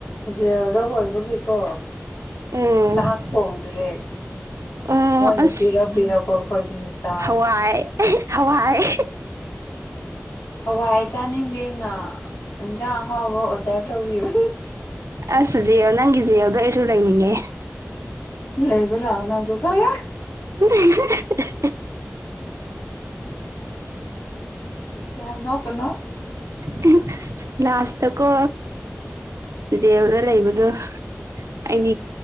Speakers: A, on the left (about 75°); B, on the right (about 90°).
A: ꯖꯦꯜꯗ ꯑꯣꯏꯕꯒꯤꯀꯣ
B: ꯎꯝ
A: ꯆꯥꯛ ꯊꯣꯡꯗ꯭ꯔꯦ꯫
B: ꯎꯝ
A: ꯃꯣꯏꯅ
B: ꯑꯁ
A: ꯄꯤꯔꯛ ꯄꯤꯔꯛꯄ ꯑꯩꯈꯣꯏꯗꯤꯟ ꯆꯥ
B: ꯍꯋꯥꯏ꯫ ꯍꯋꯥꯏ꯫
A: ꯍꯋꯥꯏ ꯆꯥꯅꯤꯡꯗꯦꯅ ꯏꯟꯁꯥꯡ ꯑꯍꯥꯎꯕ ꯑꯣꯔꯗꯔ ꯇꯧꯒꯤꯕ
B: ꯑꯁ ꯖꯦꯜ ꯅꯪꯒꯤ ꯖꯦꯜꯗꯣ ꯑꯩꯁꯨ ꯂꯩꯅꯤꯡꯉꯦ꯫
A: ꯂꯩꯕ ꯂꯥꯛꯑꯣ ꯅꯪꯖꯨ ꯈꯪ
B: <unintelligible>
A: ꯌꯥꯝ ꯅꯣꯛꯀꯅꯨ꯫
B: <unintelligible> ꯂꯥꯁꯇ ꯀꯣ ꯖꯦꯜꯗ ꯂꯩꯕꯗꯨ ꯑꯩꯗꯤ